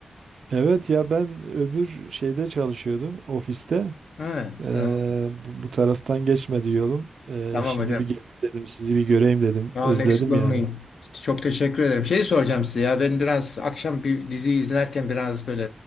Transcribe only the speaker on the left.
Ha,
tamam.
Tamam
hocam.
Tamam
Lexicon
Çok teşekkür ederim. Şeyi soracağım size ya ben biraz akşam bir dizi izlerken biraz böyle